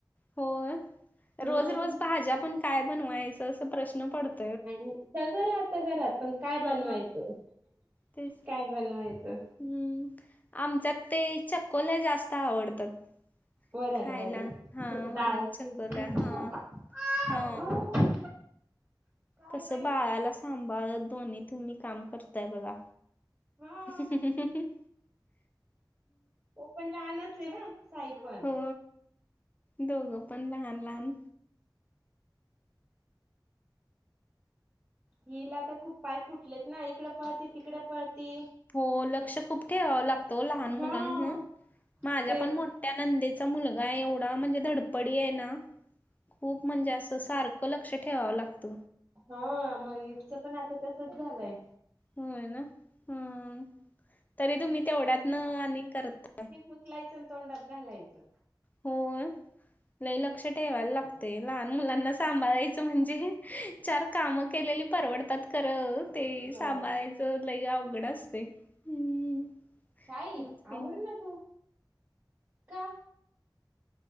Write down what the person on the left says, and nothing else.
होय,
रोज रोज भाज्या पण काय बनवायचं अस प्रश्न पडतो.
हा
तेच
हम्म, आमच्यात ते, चक्कोल्या जास्त आवडतात.
खायला
हा वरण
चकोल्या हा
हा
कसं
बाळाला सांभाळत दोन्ही तुम्ही काम करताय बघा.
ह्हणं हं ह्हणं.
हो दोघं पण लहान, लहान.
हो, लक्ष खूप ठेवावं लागत ओ लहान
मुलांना, माझ्या
पण मोठ्या नंदे चा मुलगा ये एवढा, म्हणजे धडपडी ये ना, खूप म्हणजे अस सार क लक्ष ठेवाव लागत.
होय ना, हं तरी तुम्ही तेवढ्यात न आणि करताय.
होय, लई लक्ष ठेवायला लागतय, लहान मुलांना सांभाळायचं म्हणजे चार काम केलेली परवडतात खरं, ते
सांभाळायच त लई अवघड असतय. हम्म
तेच की